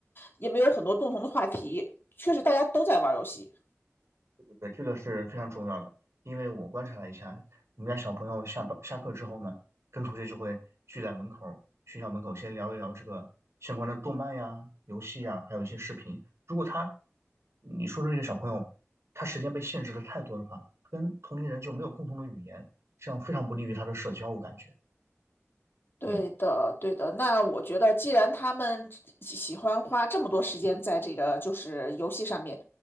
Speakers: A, on the left; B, on the right.
A: 也没有很多共同的话题。确实，大家都在玩游戏。
B: 对，这个是非常重要的，因为我观察了一下，我们家小朋友下班下课之后呢，跟同学就会聚在门口儿学校门口先聊一聊这个相关的动漫呀、游戏呀，还有一些视频。如果他，你说的这个小朋友，他时间被限制的太多的话，他跟同龄人就没有共同的语言，这样非常不利于他的社交，我感觉。
A: 对的，
B: 嗯
A: 对的。那我觉得，既然他们喜欢花这么多时间在这个就是游戏上面，